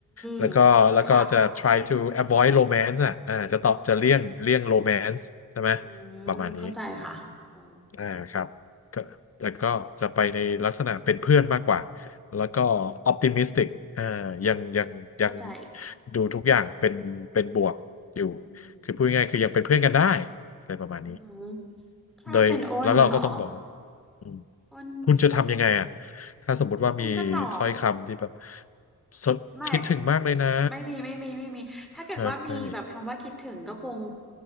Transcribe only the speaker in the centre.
มค่ะ
อืมเข้าใจค่ะโอ้โห
อืมอืม
เข้าใจ
อืม
อืมถ้าเป็นอ้นเหรอ
อ้น
อ้นก็ตอบ
ไม่ไม่มีไม่มีไม่มีถ้าเกิดว่ามีแบบคำว่าคิดถึงก็คง